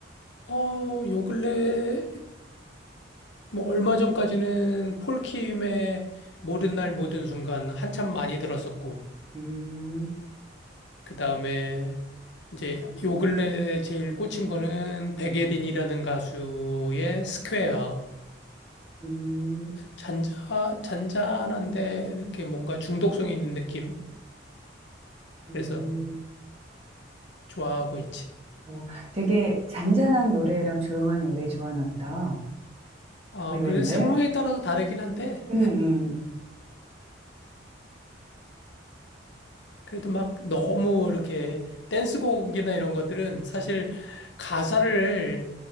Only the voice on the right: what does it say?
음,
음,
음.
어, 되게 잔잔한 노래랑 조용한 노래 좋아하나 보다.
의외인데?
음,